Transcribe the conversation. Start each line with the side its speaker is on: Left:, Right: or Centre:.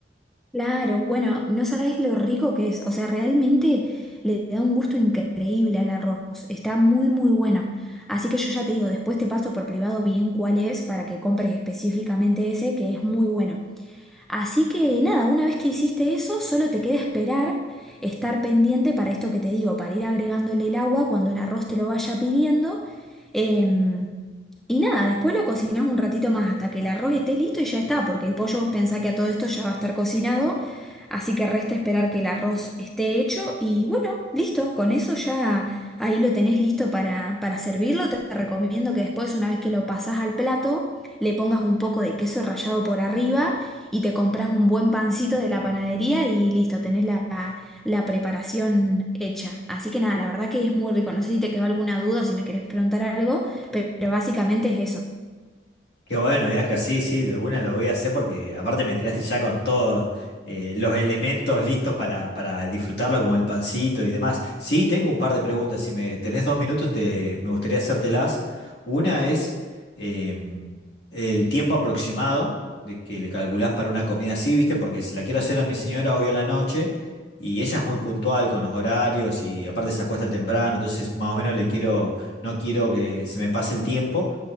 Centre: Claro, bueno, no sabes lo rico que es. O sea, realmente le da un gusto increíble al arroz. Está muy, muy bueno. Así que yo ya te digo, después te paso por privado bien cuál es para que compres específicamente ese, que es muy bueno. Así que nada, una vez que hiciste eso, solo te queda esperar, estar pendiente para esto que te digo, para ir agregándole el agua cuando el arroz te lo vaya pidiendo. Em, y nada, después lo cocinás un ratito más hasta que el arroz esté listo y ya está, porque el pollo vos pensá que a todo esto ya va a estar cocinado, así que resta esperar que el arroz esté hecho y bueno, listo, con eso ya ahí lo tenés listo para, para servirlo. Te te recomiendo que después, una vez que lo pasás al plato, le pongas un poco de queso rallado por arriba y te compras un buen pancito de la panadería y listo, tenés la, la preparación hecha. Así que nada, la verdad que es muy rico. No sé si te quedó alguna duda o si me querés preguntar algo, pero básicamente es eso.
Left: Qué bueno, Bianca, sí, sí, de una lo voy a hacer porque aparte me tiraste ya con todos eh, los elementos listos para, para disfrutarlo, como el pancito y demás. Sí, tengo un par de preguntas. Si me tenés dos minutos, te, me gustaría hacértelas. Una es em, el tiempo aproximado de que le calculás para una comida así, ¿viste? Porque se la quiero hacer a mi señora hoy a la noche y ella es muy puntual con los horarios y aparte se acuesta temprano, entonces más o menos le quiero, no quiero que se me pase el tiempo.